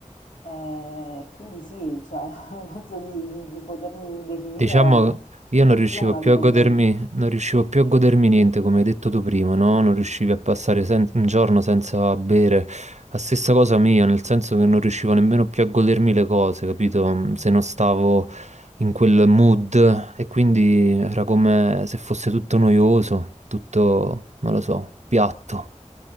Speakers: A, on the left (about 80°); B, on the right (about 60°).
A: Ehm, quindi sì, cioè <laughs> penso di di di potermi definire
B: Diciamo, io non
A: anch'io
B: riuscivo
A: una
B: più
A: dipendenza.
B: a godermi, non riuscivo più a godermi niente, come hai detto tu prima, no? Non riuscivi a passare sen- un giorno senza bere. La stessa cosa mia, nel senso che non riuscivo nemmeno più a godermi le cose, capito? Se non stavo in quel mood e quindi era come se fosse tutto noioso, tutto, non lo so, piatto.